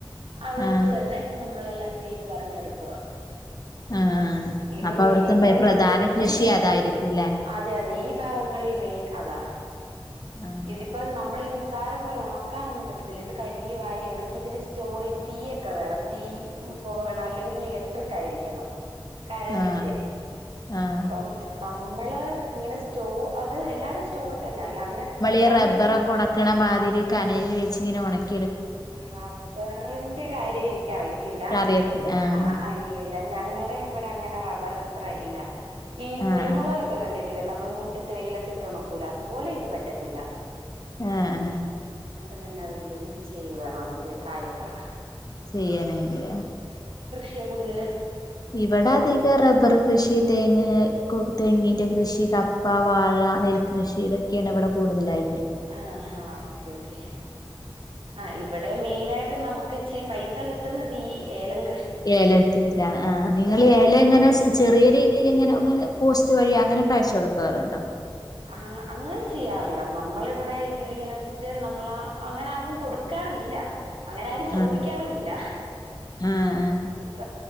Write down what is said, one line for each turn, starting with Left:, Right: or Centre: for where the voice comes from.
Right: അവരോട്
Left: ആഹ്
Right: തന്നെ നമ്മളെല്ലാം ചെയ്ത് പറഞ്ഞെടുക്കുവാ
Left: ആഹ്
Right: <unintelligible>
Left: അപ്പൊ അവിടുത്തെ
Right: ഈ പറയുംപോലെ
Left: പ്രധാന
Right: ഒത്തിരി
Left: കൃഷി അതായിരിക്കൂല്ലേ
Right: അതെ അതെ ഈ ഭാഗങ്ങളിൽ മെയിനാ അതാ
Left: ആഹ്
Right: ഇതിപ്പ നമ്മളീ നിസ്സാരം പോലെ ഉണക്കാനൊന്നും പറ്റത്തില്ല. ഇത് കഴുകി വാരി ഉണക്കി ഇതിന് സ്റ്റോർ തീയൊക്കെ വേണം, തീ പുക വേണം അല്ലെങ്കിൽ ഇലക്ട്രിക് ആയിരിക്കണം കരണ്ടിന്റെ
Left: ആഹ് ആഹ്
Right: അപ്പം ന <inaudible> നമ്മള് ഇങ്ങനെ സ്റ്റോ അത് എല്ലാരും <unintelligible> തന്നെ അല്ലാണ്ട്
Left: ഈ
Right: നമ്മളീ
Left: റബ്ബറൊക്കെ ഒണ <unintelligible> ക്കണെമാതിരി കനല് വെച്ച് ഇങ്ങനെ ഉണക്ക
Right: റബ്ബറിന്റെ കാര്യം ഇൻക്കറിയത്തില്ല.
Left: അറിയത്തില്ല ആഹ്
Right: ആ ഇല്ലല്ല ഞങ്ങള് ടെ ഇവിടെ അങ്ങനെ റബ്ബർ അത്ര ഇല്ല. ഈ
Left: ആഹ്
Right: കുരുമുളകൊക്കെ
Left: ആഹ്
Right: കണ്ടിട്ട <inaudible> നമ്മള് മുറ്റത്ത് വെയിലത്തിട്ട് ഉണക്കൂലെ അതുപോലെ ഇത് പറ്റത്തില്ല
Left: ആ ആ
Right: പിന്നെ അതെന്തേലും <inaudible> ചെയ്തു വേണം അതിന്റെ കാര്യങ്ങള്
Left: ചെയ്യനെങ്കിൽ
Right: <unintelligible> കൂടുതല്
Left: ഇവിടെ അധികം റബ്ബർ കൃഷി, <unintelligible> തെങ്ങിന്റെ കൃഷി, കപ്പ, വാഴ, നെൽകൃഷി ഇതൊക്കെണ് ഇവിടെ കൂടുതലായി
Right: ആ ഹാ ഓക്കെ ഓക്കെ, ആ ഇവിടെ മെയ്നായിട്ട് നമുക്ക് ഇച്ചിരി പൈസ കിട്ടുന്നത് ഈഏലം
Left: ഏലത്തിലാ ആ നിങ്ങൾഏലം
Right: അതെ
Left: എങ്ങനെ ചെറിയ രീതിയിലിങ്ങനെ പോസ്റ്റ് വഴി അങ്ങനൊക്കെ അയച്ച് കൊടുക്കാറുണ്ടോ?
Right: ആ അങ്ങനെ ചെയ്യാറില്ല നമ്മളിവിടെ ഇതിലിങ്ങനെ വെച്ചിട്ട് നമ്മള് അങ്ങനെ ആർക്കും കൊടുക്കാറില്ല. അങ്ങനെ ആരും ചോദിക്കാറൂല്ല.
Left: ആ ആ ആ
Right: ഇപ്പ